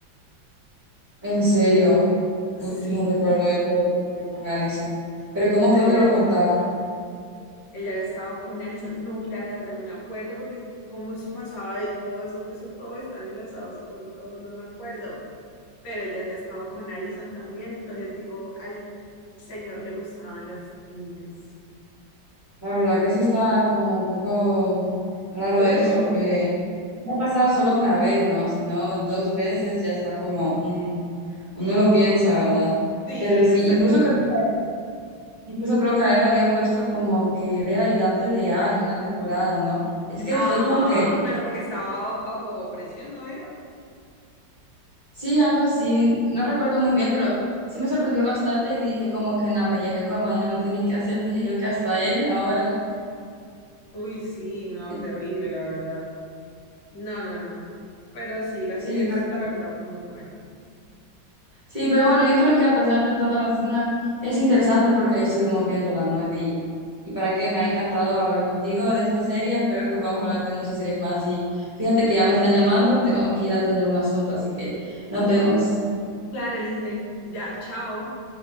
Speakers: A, on the right (about 30°); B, on the left (about 80°).
A: En serio,
B: Sí,
A: uy, no recuerdo eso de- de con Allison. Pero ¿cómo
B: sí,
A: fue
B: ella
A: que lo
B: había
A: contaron?
B: estado con Allison. Ella había estado con Allison. No, mira, la verdad, no me acuerdo porque como eso pasaba de todo, eso, eso todo están enlazados con todo, no me acuerdo. Pero él ya había estado con Allison también, entonces digo, al señor le gustaban las niñas.
A: La verdad que sí está como un poco raro
B: Turbio.
A: eso, que no ha pasado solo una vez, ¿no? Sino dos veces ya está como, mm, uno lo piensa, ¿verdad?
B: Sí,
A: Pero sí,
B: exactamente.
A: incluso creo que, incluso creo que a él lo habían puesto como que él era ayudante de A en una temporada, ¿no? Es que
B: Ajá,
A: fue como que,
B: pero porque estaba bajo presión, ¿no era?
A: sí, algo así, no recuerdo muy bien, pero sí me sorprendió bastante y dije como que no, me ya es el colmo, ya no tienen que hacer, dije yo que hasta él ahora.
B: Uy, sí, no,
A: Entonces,
B: terrible, la verdad. No, no, no. Pero sí, la
A: sí,
B: serie,
A: pero...
B: es- la verdad, fue muy buena.
A: Sí, pero bueno, yo creo que a pesar de toda la funa, es interesante porque ahí estuvimos viéndola, ¿no? Y, y para qué, me ha encantado hablar contigo de esta serie, espero que podamos hablar de muchas series más y fíjate que ya me están llamando, tengo que ir a atender un asunto, así que nos vemos.
B: Claro, Elise, ya, chao.